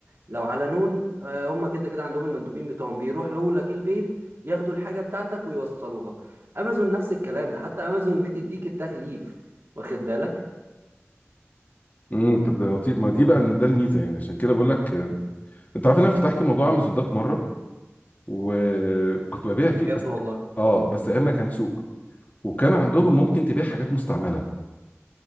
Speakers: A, on the right; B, on the left.
A: لو على نون آه، هم كده كده عندهم المندوبين بتوعهم بيروح لك البيت ياخدوا الحاجة بتاعتك ويوصلوها أمازون نفس الكلام ده حتى أمازون بتديك التغليف واخد بالك
B: امم طب ده لطيف ما دي بقى ده الميزه يعني عشان كده بقول لك انت عارف ان انا فتحت موضوع امازون ده في مره و- وكنت ببيع فيه
A: بجد
B: بس
A: والله
B: اه بس ايام ما كان سوق وكان عندهم ممكن تبيع حاجات مستعمله